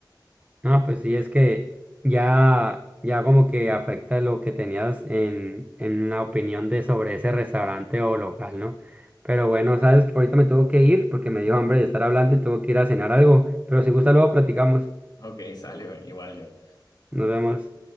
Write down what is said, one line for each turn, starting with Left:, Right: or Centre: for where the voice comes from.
Right: No, pues sí, es que ya, ya como que afecta lo que tenías en, en la opinión de sobre ese restaurante o local, ¿no? Pero bueno, sabes, ahorita me tengo que ir porque me dio hambre de estar hablando y tengo que ir a cenar algo, pero si gusta luego platicamos,
Left: Ok, sale, güey, igual yo.
Right: nos vemos.